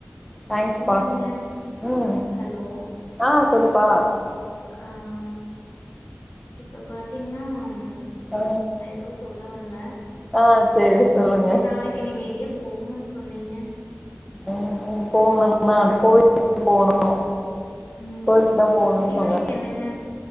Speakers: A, in the centre; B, on the left (about 65°).
A: தேங்க்ஸ்
B: இல்லைங்க
A: பா உம்
B: ஹலோ
A: ஆஹ் சொல்லுப்பா
B: ஆஹ் இப்ப பாத்தீங்னா ம்
A: ஆ,
B: நா ஏதோ சொல்ல வந்த
A: ஆ சரி சொல்லுங்க
B: சரி நாளைக்கு நீங்க எங்கயே போகனுன் சொன்னீங்க
A: உம் போணும்னான் அ கோயில போணும்
B: ம்
A: கோயட்டு தா போணு
B: ஈவினிங்
A: சொன்ன
B: என்னங்க